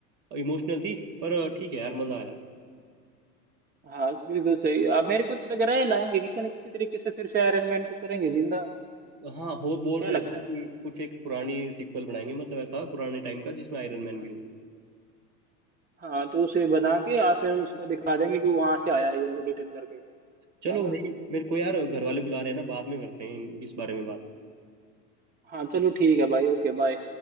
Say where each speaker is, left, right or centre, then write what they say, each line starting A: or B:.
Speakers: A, on the right; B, on the right.
A: इमोशनल थी पर अ, ठीक है यार मजा आया
B: हाँ बिल्कुल सही अब मेरे को तो लग रहा है लाएंगे किसी न किसी तरीके से फिर से आयरन मैन को करेंगे जिंदा
A: हाँ हो बोल
B: क्या
A: रहे
B: लगता
A: थे
B: है
A: कि कुछ एक पुरानी सीक्वल बनाएंगे मतलब ऐसा पुराने टाइम का जिसमें आयरन मैन
B: हाँ।
A: भी हो
B: हाँ तो उसे बना के या फिर उसको दिखा देंगे कि वहां से आया है ये रिटर्न करके
A: चलो
B: है ना
A: भाई मेरे को यार घर वाले बुला रहे हैं ना बाद में करते हैं इन- इस बारे में बात
B: हाँ चलो ठीक है भाई ओके बाय